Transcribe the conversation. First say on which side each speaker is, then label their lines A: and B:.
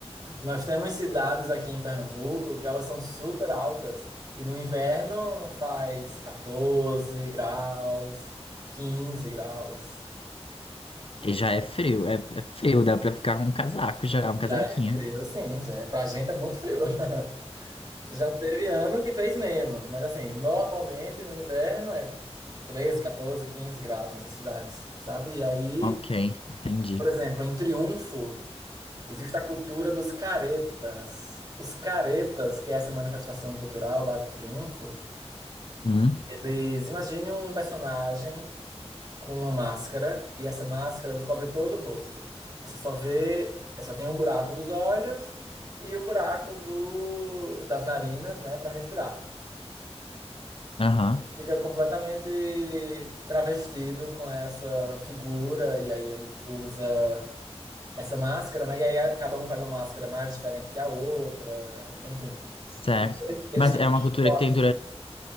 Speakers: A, on the right (about 40°); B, on the left (about 55°).
A: nós temos cidades aqui em Pernambuco que elas são super altas e no inverno faz 14 graus, 15 graus.
B: E já é frio, é, é frio, dá pra ficar com um casaco já, um casaquinho.
A: Já é frio, sim, já é. Pra gente é muito frio. <laughs> Já teve ano que fez menos, mas assim, normalmente no inverno é 13, 14, 15 graus nessas cidades, sabe? E aí,
B: Ok, entendi.
A: por exemplo, em Triunfo. Existe a cultura dos caretas. Os caretas, que é essa manifestação cultural lá do Triunfo,
B: Hum,
A: eles imaginem um personagem com uma máscara e essa máscara ele cobre todo o rosto. Você só vê, é, só tem o buraco dos olhos e o buraco do, das narinas, né, para respirar.
B: aham,
A: Fica completamente travestido com essa figura e aí ele usa essa máscara, né? E aí a- cada um faz uma máscara mais diferente que a outra, enfim.
B: certo.
A: E Eles
B: Mas
A: têm
B: é uma cultura
A: foto.
B: que tem